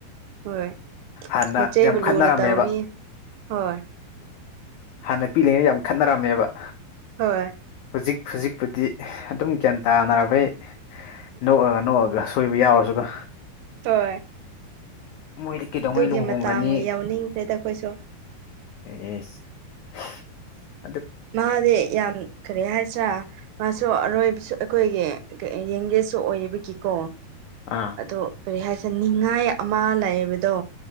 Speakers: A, on the right; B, on the left.
A: ꯍꯣꯏ
B: ꯍꯥꯟꯅ
A: ꯅꯆꯦꯕꯨ
B: ꯌꯥꯝ
A: ꯂꯨꯅ
B: ꯈꯠꯅꯔꯝꯃꯦꯕ
A: ꯇꯧꯋꯤ ꯍꯣꯏ
B: ꯍꯥꯟꯅ ꯄꯤꯂꯤꯉꯩꯗ ꯌꯥꯝ ꯈꯠꯅꯔꯝꯃꯦꯕ
A: ꯍꯣꯏ
B: ꯍꯧꯖꯤꯛ ꯍꯧꯖꯤꯛꯄꯨꯗꯤ ꯑꯗꯨꯝ ꯒ꯭ꯌꯥꯟ ꯇꯥꯅꯔꯕꯩ ꯅꯣꯛꯑꯒ ꯅꯣꯛꯑꯒ ꯁꯣꯏꯕ ꯌꯥꯎꯔꯁꯨꯀꯣ
A: ꯍꯣꯏ
B: ꯃꯣꯏꯗꯤ ꯀꯩꯗꯧꯉꯩ
A: ꯑꯗꯨꯒꯤ
B: ꯂꯨꯍꯣꯡꯒꯅꯤ
A: ꯃꯇꯥꯡ ꯌꯥꯎꯅꯤꯡꯈ꯭ꯔꯦꯗ ꯑꯩꯈꯣꯏꯁꯨ
B: <unintelligible>
A: ꯃꯥꯗꯤ ꯌꯥꯝ ꯀꯔꯤ ꯍꯥꯏꯁꯤꯔꯥ ꯃꯥꯁꯨ ꯑꯔꯣꯏꯕꯁꯨ ꯑꯩꯈꯣꯏꯒꯤ ꯌꯦꯡꯒꯦꯁꯨ ꯑꯣꯏꯕꯒꯤꯀꯣ
B: ꯑꯥ
A: ꯑꯗꯣ ꯀꯔꯤ ꯍꯥꯏꯁꯤꯔ ꯅꯤꯡꯉꯥꯏ ꯑꯃ ꯂꯩꯕꯗꯣ